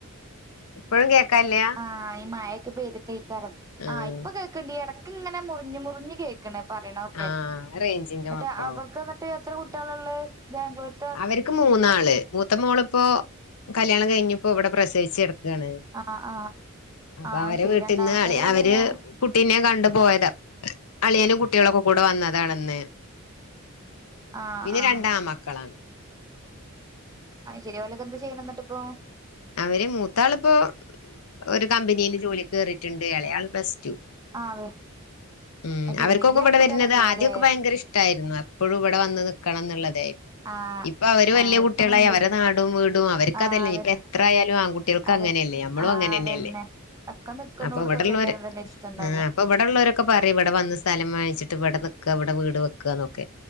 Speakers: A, on the left (about 85°); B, on the right (about 15°).
A: ഇപ്പഴും കേക്കാല്ല്യാ
B: ആ ഈ മയക്കെ പെയ്തിട്ടെയ്ക്കാരം
A: ആഹ്
B: ആ ഇപ്പൊ കേക്ക്ണ്ട് ഈ എടക്ക് ങ്ങനെ മുറിഞ്ഞ് മുറിഞ്ഞ് കേ ക്ക്ണ് പറയ്ണത് ഒക്കെ
A: ആഹ് റേഞ്ചിന്റെ
B: മറ്റേ
A: കുഴപ്പാവും
B: അവൾക്ക് ന്ന്ട്ട് എത്ര കുട്ട്യേളാള്ളേ ബാംഗ്ലൂര്
A: അവര്ക്ക് മൂന്നാള് മൂത്ത മോള്പ്പോ കല്യാണം കഴിഞ് പ്പോ ഇവ്ടെ പ്രസവിച്ച് കെട്ക്കാണ്
B: ആഹ് ആഹ്
A: അപ്പൊ
B: ആഹ്
A: അവരെ
B: ശെരി
A: വീട്ട്ന്ന്
B: രണ്ടാമത്തോരൊക്കെ
A: അവര്
B: എന്ത ചെയ്യ്ണെ
A: കുട്ടീനെ കണ്ടു പോയതാ അളിയനും കുട്ട്യേളൊക്കെ കൂടെ വന്നതാണ്ന്ന്
B: ആഹ്
A: പിന്നെ
B: ആഹ്
A: രണ്ടാൺ മക്കളാണ്
B: അത് ശരി ഓലൊക്കെ എന്ത ചെയ്യ്ണ് ന്ന്ട്ട് പ്പോ
A: അവര് മൂത്താള്പ്പോ ഒരു കമ്പനീല് ജോലിക്ക് കേറീട്ട്ണ്ട് എളേ ആള് പ്ലസ്റ്റൂ
B: ആഹ്
A: ഉം
B: അത് ശെരി
A: അവര്ക്കൊക്കെ
B: വല്യ
A: വ്ടെ
B: കുട്ടികളായിക്ക്ണ്ല്ലേ
A: വര്നത് ആദ്യക്കെ ഭയങ്കര ഇഷ്ട ഷ്‌ട്ടായ്രുന്നു എപ്പഴും വടെ വന്ന് നിക്കണം ന്ന്ള്ളതേര്ന്നു
B: ആഹ്
A: ഇപ്പൊ അവര് വല്യ
B: ആഹ്
A: കുട്ട്യാളായി
B: ഇപ്പ അങ്ങനൊന്നുല്ല
A: അവരെ നാടും വീടും അവര്ക്കതല്ലേ
B: ആഹ് അതന്നെ
A: ഇപ്പ എത് എത്രയാലും ആൺകുട്ടികൾക്ക്
B: അതെ
A: അങ്ങനെയല്ലേ നമ്മളും
B: ആഹ്
A: അങ്ങനെ
B: അതന്നെ
A: തന്നെയല്ലേ
B: ഒക്കെ നിക്കണോടത്തൊക്കെക്കാരം
A: അപ്പൊ ഇവിടെള്ളവര്
B: തന്നെ ഇഷ്ടണ്ടാവ
A: ഇപ്പ ഇവിടെള്ളവരൊക്കെ പറയും ഇവിടെ വന്ന് സ്ഥലം വാങ്ങിച്ചിട്ട് ഇവിടെ നിക്കുക ഇവിടെ വീട് വെക്കുക എന്നൊക്കെ